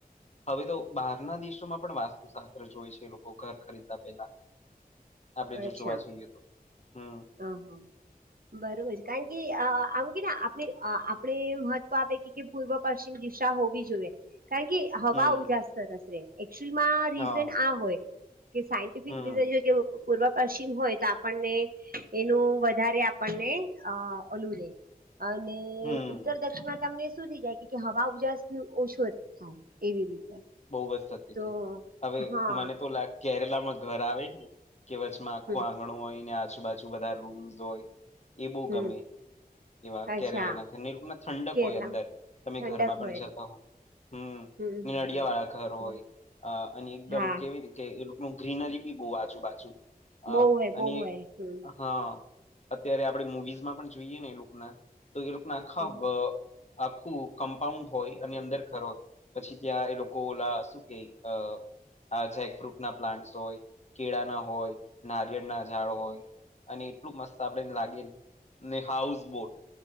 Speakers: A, on the left (about 45°); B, on the right (about 70°).
A: હવે તો બારના દેશોમાં પણ વાસ્તુશાસ્ત્ર જોય છે. લોકો ઘર ખરીદતા પેલા આપણેે જો
B: અચ્છા
A: જોવા જઈએ તો હમ
B: હ હા બરોબર છે કારણ કે અ આમ કેને આપણે આપણે મહત્વ આપે કે પૂર્વ પશ્ચિમ દિશા હોવી જોઈએ. કારણ કે હવા
A: હમ
B: ઉજાસ સરસ રે એકચુઅલમાં રીઝન
A: હા
B: આ હોય. કે સાયન્ટિફિક
A: હમ
B: રીઝન જો કે પૂર્વ પશ્ચિમ હોય તો આપણને એનું વધારે આપણને ઓલું રે અને
A: હમ
B: ઉત્તર દક્ષીમાં તમને શું થઈ જાય હવા ઉજાસ ઓછો થાય એવી રીતે.
A: બહ બસ થતી
B: તો
A: કીધું હવે
B: હા
A: મને તો લ કેરલામાં ઘર આવે ને કે વચમાં આખો
B: હમ
A: આંગણો હોય ને આજુબાજુ બધા રૂમ્સ હોય એ બો
B: હમ
A: ગમે એવા
B: અચ્છા
A: કેરલાના ઘર એ લોકો ના ઠંડક
B: કેરલામાં
A: હોય અંદર તમે
B: ઠંડક
A: ઘરમાં પણ
B: હોય
A: જતા હો. હમ
B: હમ હમ.
A: િયા
B: હમ
A: વાળા ઘર હોય, અને એકદમ
B: હા
A: કેવી ને કે એ ન ગ્રીનરી બી બહુ આજુબજુ. હા
B: બહુ હોય
A: અને
B: બહુ હોય હમ
A: હા. અત્યારે આપણે મુવીઝમાં પણ જોઈએ ને એ લોકોના, તો એ લોકોના આખા
B: હમ
A: આખું કમ્પાઉન્ડ હોય અને અંદર ઘર હોય, પછી ત્યાં એ લોકો ઓલા શું કે અ આ જેકફ્રુટ ના પ્લાન્ટસ હોય, કેળા ના હોય, નારિયેળના ઝાડો હોય. અને એટલું મસ્ત આપણેને લાગે ને, ને હાઉસ બોટ.